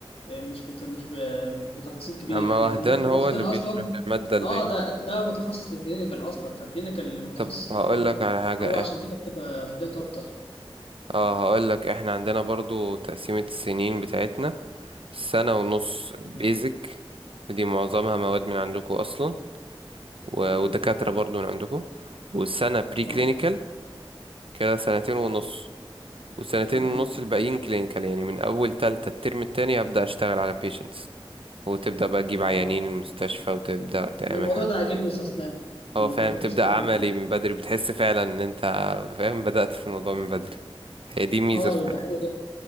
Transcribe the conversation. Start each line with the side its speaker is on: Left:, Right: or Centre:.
Left: مش بت... مش ب... مش بتفاصيل كبيرة
Right: اما
Left: لكن
Right: وهدان
Left: دكتور
Right: هو
Left: وهدان
Right: اللي
Left: أصلا
Right: بيشرح للماده اللي
Left: اه
Right: هي
Left: ده ده متخصص للكلينيكال اصلا فالكلينيكال متخصص
Right: طب هقول
Left: اكتر
Right: لك على حاجة
Left: فهو عشان كده بتبقى في ديت اكتر
Right: اه هقول لك احنا عندنا برضو تقسيمة السنين بتاعتنا سنة ونص بيزك
Left: مم.
Right: ودي معظمها مواد من
Left: آه.
Right: عندكم اصلا و-
Left: ايوه
Right: ودكاترة برضو من عندكم والسنة بري
Left: اه
Right: كلينيكال كده سنتين ونص والسنتين
Left: مم.
Right: ونص الباقيين كلينيكال يعني من اول تالتة الترم التاني هبدأ اشتغل على بيشنتس وتبدأ بقى تجيب
Left: اه
Right: عيانين المستشفى وتبدأ تعمل
Left: انا الموضوع
Right: حاجة
Left: ده عاجبني في اسنان
Right: هو
Left: ان
Right: فاهم
Left: كنتوا
Right: تبدأ
Left: بتشتغلوا
Right: عملي من بدري بتحس فعلا ان انت فاهم بدأت في الموضوع من بدري هي دي ميزة
Left: اه بيبقى حلو جدا